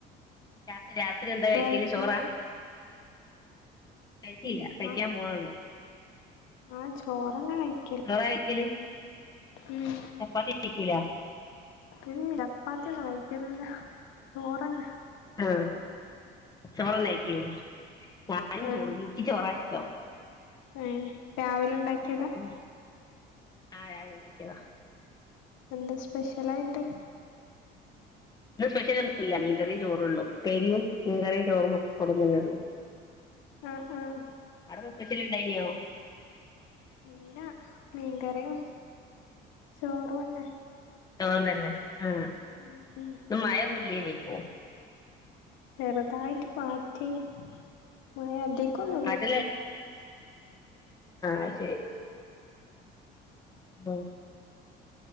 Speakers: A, on the left; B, on the left.
A: രാ രാത്രി എന്താ
B: ഇങ്ങള്
A: കഴിക്കല്
B: കഴിച്ചോ
A: ചോറാ കഴിച്ചില്ല കഴിക്കാന്
B: ആഹ്
A: പോണൊള്ളു
B: ആഹ് ചോറന്നെ കയി
A: ചോറാ കഴിക്കല്
B: ഉം
A: ചപ്പാത്തി <unintelligible> ക്കൂല
B: ഉം ചപ്പാത്തിന്നും കഴിക്കൂലല്ല ചോറെന്നെ
A: ആഹ് ചോറെന്നെ കഴിക്ക ഞാനും
B: ആഹ്
A: ചോറ് ഇൻക്ക് ചോറാ ഇഷ്ടം
B: ഏഹ് രാവിലെ ഇണ്ടാക്കി
A: ഉം ആഹ് രാവിലെ ഉണ്ടാക്കിയതാ
B: എന്താ സ്പെഷ്യലായിട്ട്
A: ഇന്ന് സ്പെഷ്യലൊന്നുംല്ല മീൻകറീം ചോറൂള്ളൂ ഉപ്പേരിം മീൻകറിം ചോറും പപ്പടോം തന്നേള്ളൂ.
B: ആഹ് ആഹ്
A: അവടെ സ്പെഷ്യല് ഉണ്ടായ്ന്യോ.
B: ഇല്ല മീൻകറിം ചോറും അന്നെ
A: <unintelligible> തന്നെ ആഹ്
B: ഉം ഉം
A: മഴയൊന്നുല്ലേയ്നീ ഇപ്പൊ
B: ചെറുതായിട്ട് പാറ്റി മഴ അധികൊന്നു
A: <unintelligible> ആഹ് അത് ശെരി ഓ